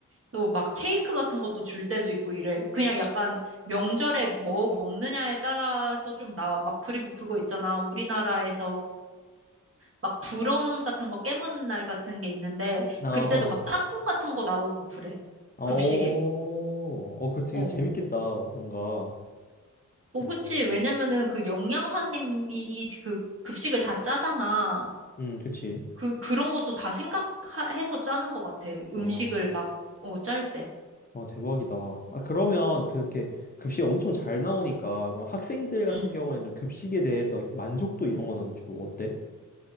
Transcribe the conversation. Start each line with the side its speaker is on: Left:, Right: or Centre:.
Right: 또 막 케이크 같은 것도 줄 때도 있고 이래. 그냥 약간 명절에 뭐 먹느냐에 따라서 좀 나와. 막 그리고 그거 있잖아. 우리나라에서 막 불엄 같은 거 깨무는 날 같은 게 있는데
Left: 어,
Right: 그때도 막 땅콩 같은 거 나오고 그래.
Left: 어,
Right: 급식에.
Left: 어, 그 되게
Right: 어.
Left: 재밌겠다, 뭔가.
Right: 어,
Left: 어,
Right: 그치. 왜냐면은 그 영양사님이 그 급식을 다 짜잖아.
Left: 음, 그치.
Right: 그, 그런 것도 다 생각해서 짜는 것 같아.
Left: 어.
Right: 음식을 막, 어, 짤 때.
Left: 아 대박이다. 아, 그러면 그렇게 급식이 엄청 잘 나오니까 그럼 학생들 같은
Right: 응.
Left: 경우에는 좀 급식에 대해서 이렇게 만족도 이런 거는 주로 어때?